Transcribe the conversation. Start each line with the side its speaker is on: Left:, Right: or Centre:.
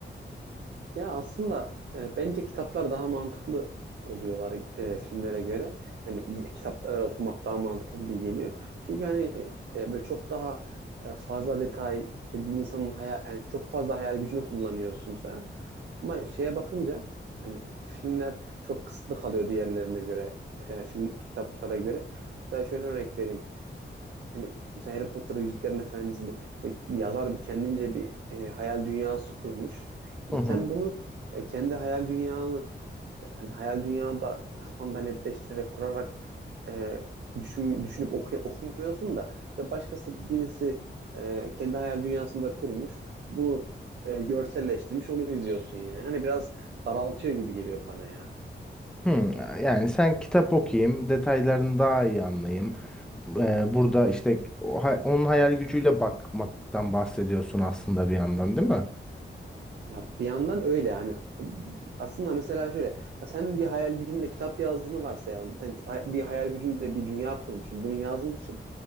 Right: Ya aslında e, bence kitaplar daha mantıklı oluyorlar e, filmlere göre. Yani
Centre: Yani
Right: kitapları okumak daha mantıklı gibi geliyor. Çünkü hani e, böyle çok daha e, fazla detay işte bir insanın hayal yani çok fazla hayal gücünü kullanıyorsun falan. Ama şeye bakınca hani filmler çok kısıtlı kalıyor diğerlerine göre. E, film kitaplara göre. Mesela şöyle örnek vereyim. hani mesela Harry Potter Yüzüklerin Efendisi'nde e, bir yazar kendince bir e, hayal dünyası kurmuş.
Centre: Hı hı.
Right: Sen bunu e, kendi hayal dünyanı e, hani hayal dünyada kafanda netleştirerek kurarak e, düşün, düşünüp okuy- okumuyorsun da işte başkası birisi e, kendi hayal dünyasında kurmuş. Bunu e, görselleştirmiş onu izliyorsun yani. Hani biraz daraltıyor gibi geliyor bana ya.
Centre: Hmm, yani sen kitap okuyayım, detaylarını daha iyi anlayayım. Ee, burada işte o hay- onun hayal gücüyle bakmaktan bahsediyorsun aslında bir yandan, değil mi?
Right: Ya bir yandan öyle yani. Aslında mesela şöyle, sen bir hayal gücünle kitap yazdığını varsayalım. Sen ki- hay- bir hayal gücünle bir dünya kurmuşsun, bunu yazmışsın.